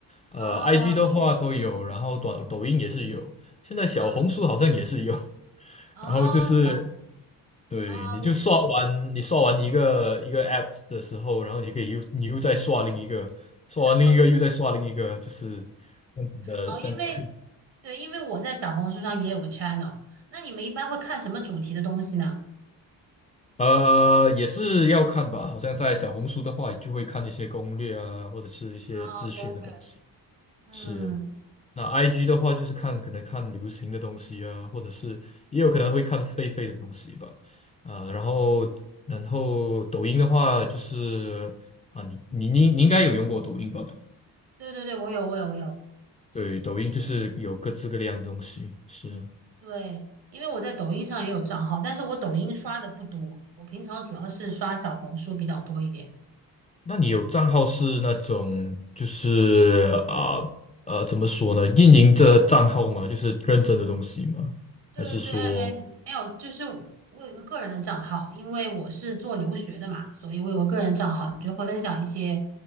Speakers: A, on the left; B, on the right.
A: 呃，IG
B: 哦，
A: 的话都有，
B: 对，
A: 然后短抖音也是有，现在小红书好像也是有。
B: 嗯，
A: <laughs>
B: 哦，
A: 然后就是，
B: 小，
A: 对，
B: 哦，
A: 你就刷完你刷完一个一个 app 的时候，然后你可以又你又再刷另一个，刷完另一个又再刷另一个，
B: <laughs>
A: 就是这样子的，
B: 哦，
A: 这样子
B: 因为对，因为我在小红书上也有个 channel，那你们一般会看什么主题的东西呢？
A: 呃，也是要看吧，好像在小红书的话，就会看一些攻略啊，或者是一些资讯的东西。
B: 啊，攻略，嗯，
A: 是，那 IG 的话，就是看可能看流行的东西啊，或者是也有可能会看狒狒的东西吧。啊、
B: 啊，
A: 然后然后抖音的话，就是啊，你你你你应该有用过抖音吧？
B: 对对对，我有我有我有，
A: 对，抖音就是有各式各样的东西。是，
B: 对，因为我在抖音上也有账号，但是我抖音刷的不多，我平常主要是刷小红书比较多一点。
A: 那你有账号是那种就是啊呃，怎么说呢？运营这账号吗？就是认真的东西吗？
B: 对对，
A: 还是说
B: 哎哎没有，就是我有个个人的账号，因为我是做留学的嘛，所以我有个个人账号，就会分享一些